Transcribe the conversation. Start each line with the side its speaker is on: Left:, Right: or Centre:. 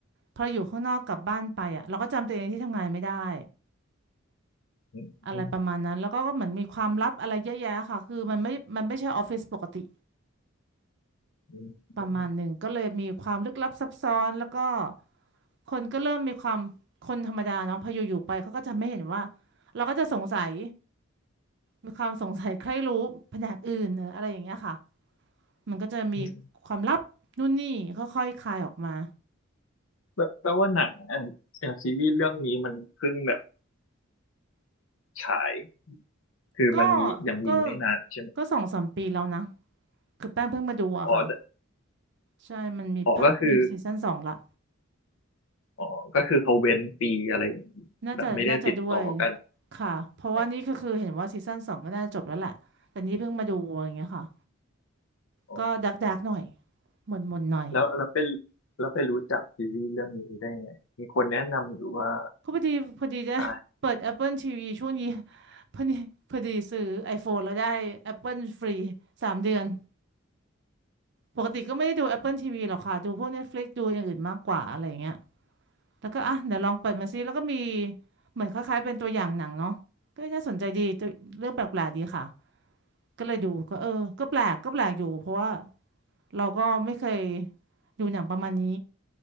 Right: พออยู่ข้างนอกกลับบ้านไปอ่ะเราก็จำตัวเองที่ทำงานไม่ได้
Left: อืมอืม
Right: อะไรประมาณนั้นแล้วก็ก็เหมือนมีความลับอะไรเยอะแยะค่ะคือมันไม่มันไม่ใช่ออฟฟิศปกติ
Left: อืมอืม
Right: ประมาณหนึ่งก็เลยมีความลึกลับซับซ้อนแล้วก็คนก็เริ่มมีความคนธรรมดาเนาะพออยู่ๆไปเขาก็จะไม่เห็นว่าเราก็จะสงสัยมีความสงสัยใครรู้แผนกอื่นเอออะไรอย่างเงี้ยค่ะมันก็จะมีความลับนู่นนี่ค่อยๆคลายออกมา
Left: อืมแปลแปลว่าหนังอ่ะเอย่างซีรีส์เรื่องนี้มันเพิ่งแบบฉายคือมันมียังมีไม่นานใช่ไหม
Right: ก็ก็ก็สองสามปีแล้วนะคือแป้งเพิ่งมาดูอะค่ะ
Left: อ๋อแต่
Right: ใช่มันมีภาคมีซีซั่นสองละ
Left: อ๋อก็คืออ๋อก็คือเขาเว้นปีอะไรอย่างงี้แบบไม่ได้ติดต่อกัน
Right: น่าจะน่าจะด้วยค่ะเพราะว่านี่ก็คือเห็นว่าซีซั่นสองก็น่าจะจบแล้วแหละแต่นี่เพิ่งมาดูอย่างเงี้ยค่ะ
Left: อ๋ออ๋อ
Right: ก็ดักดักหน่อยหม่นหม่นหน่อย
Left: แล้วแล้วไปแล้วไปรู้จักซีรีส์เรื่องนี้ได้ไงมีคนแนะนำหรือว่า
Right: ก็พอดีพอดีจะ <laughs>
Left: อ่า
Right: เปิด Apple TV ช่วงนี้ <laughs> พอดีพอดีซื้อ iPhone แล้วได้ Apple ฟรีสามเดือนปกติก็ไม่ได้ดู Apple TV หรอกค่ะดูพวก Netflix ดูอย่างอื่นมากกว่าอะไรอย่างเงี้ยแล้วก็อ่ะเดี๋ยวลองเปิดมาซิแล้วก็มีเหมือนคล้ายๆเป็นตัวอย่างหนังเนาะก็น่าสนใจดีตัวเรื่องแปลกๆดีค่ะ ก็เลยดูก็เออก็แปลกก็แปลกอยู่เพราะว่าเราก็ไม่เคยดูหนังประมาณนี้